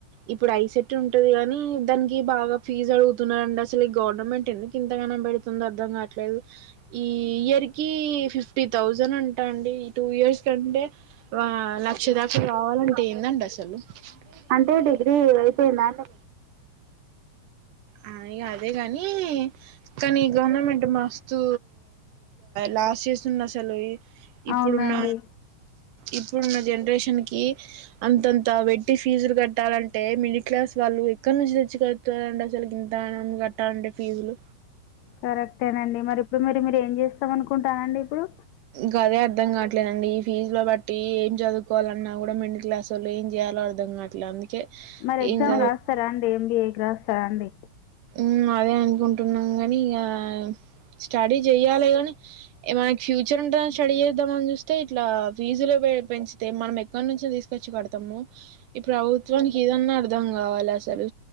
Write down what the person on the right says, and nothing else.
ఇప్పుడు ఐసెట్ ఉంటది కాని దానికి బాగా ఫీజు అడుగుతున్నాడండి అసలు ఈ గవర్నమెంట్ ఎందుకు ఇం తగానం పెడుతుందో అర్థం కాట్లేదు ఈ ఇయర్ కి ఫిఫ్టీ థౌజండ్ అంట అండి ఈ టూ ఇయర్స్ కంటే వ ఆ లక్ష దాక కావాలంటే ఏందండి అసలు అంటే డిగ్రీ అయిపోయిందా అండి అ ఇగ అదేగాని కానీ గవర్నమెంట్ మస్తు లాస్ చేస్తుంది అసలు ఇప్ ఇప్పుడున్న
ఇప్పుడున్న జనరేషన్ కి అంతంత పెట్టి ఫీజులు కట్టాలంటే మిడిల్ క్లాస్ వా ళ్ళు ఎక్కడ నుంచి తెచ్చుకడుతారండి అసలుకి ఇంతగనం కట్టాలంటే ఫీజులు
గదే అర్ధం కావట్లేదండి ఈ ఫీజు ల బట్టి ఏం చదువుకోవాల్ నా కూడా మిడిల్ క్లాస్ వాళ్ళు ఏం చేయాలో అర్థం కాట్లే అందుకే
ఇంగ
మ్ అదే అనుకుం ంటున్నాం గాని ఇగ స్టడీ చెయాలె కాని మనకి ఫ్యూచర్ ఉంటదని స్టడీ చేద్దామని చూస్తే ఇట్లా ఫీజులు పె పెంచితే మనం ఎక్కనుంచి తీస్ తెచ్చి కడుతము ఈ ప్రభుత్వానికి ఇదన్న అర్థం కావాలి అసలు